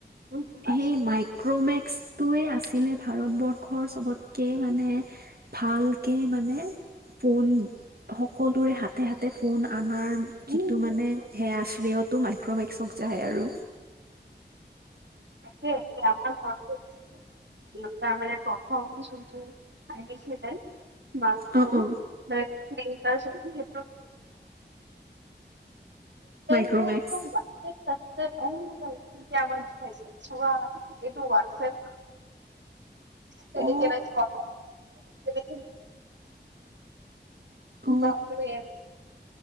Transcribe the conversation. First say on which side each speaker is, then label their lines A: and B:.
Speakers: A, on the right; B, on the right.
A: উম, উম,
B: সেই
A: আছে।
B: মাই মাক্ৰ'মেক্সটোৱে আছিলে ভাৰতবৰ্ষৰ চবতকে মানে ভালকে মানে ফোন সকলোৰে হাতে-হাতে ফোন আনাৰ
A: উম,
B: যিটো মানে
A: উম, উম,
B: সেই আশ্ৰয়তো মাইক্ৰমেক্সক যায় আৰু।
A: একে-একে-একে আমাৰ গাওঁটো দেউতাৰ মানে প্ৰথম যোনটো আনিছিলে। <inaudible>
B: অ অ
A: তেতিয়া
B: মাইক্ৰ'মেক্স
A: মানে একদম তাজপেদ চাজপেড আহ, কিমাক পাইছেছা এইটো হোৱাটছএপ তেনে
B: অ
A: এটা যে কথা পাতে, কথা
B: অ
A: ব কৰে।